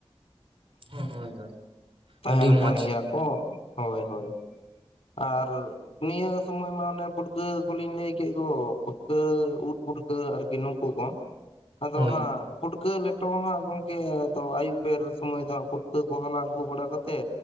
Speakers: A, on the right; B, on the left.
A: <unintelligible> ᱦᱳᱭ
B: ᱛᱟᱦᱮᱱ
A: ᱟᱹᱰᱤ ᱢᱚᱸᱡᱽ
B: ᱠᱟᱱ ᱜᱮᱭᱟ ᱠᱚ ᱦᱳᱭ ᱦᱳᱭ ᱟᱨ ᱱᱤᱭᱟᱹ ᱥᱩᱢᱚᱭ ᱢᱟ ᱚᱱᱮ ᱯᱩᱴᱠᱟᱹ ᱠᱚᱞᱤᱧ ᱞᱟᱹᱭ ᱠᱮᱫ ᱜᱳ ᱯᱩᱴᱠᱟᱹ ᱩᱫ ᱯᱩᱴᱠᱟᱹ ᱟᱨᱠᱤ ᱱᱩᱠᱩ ᱠᱚ᱾ ᱟᱫᱚ
A: ᱦᱳᱭ
B: ᱦᱟᱸᱜ ᱯᱩᱴᱠᱟᱹ ᱞᱮᱴᱚ ᱦᱟᱸᱜ ᱜᱚᱝᱠᱮ ᱦᱚ ᱜᱚᱝᱠᱮ ᱟᱭᱩᱵ ᱵᱮᱨ ᱥᱚᱢᱚᱭ ᱫᱚ ᱦᱟᱸᱜ ᱯᱩᱴᱠᱟᱹ ᱠᱚ ᱦᱟᱞᱟᱝ ᱟᱹᱜᱩ ᱵᱟᱲᱟ ᱠᱚ ᱠᱟᱛᱮ